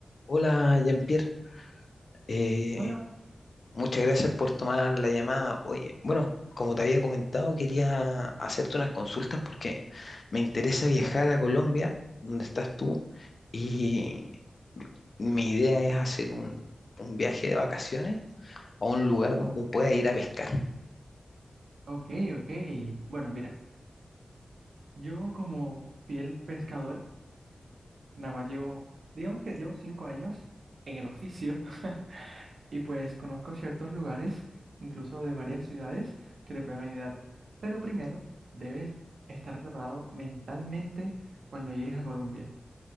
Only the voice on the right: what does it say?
Hola.
Oh,
ok, ok. Bueno, mira, yo como fiel pescador, nada más llevo, digamos que llevo cinco años en el oficio <laughs> y pues conozco ciertos lugares, incluso de varias ciudades, que te pueden ayudar. Pero primero, debes estar preparado mentalmente cuando llegues a Colombia.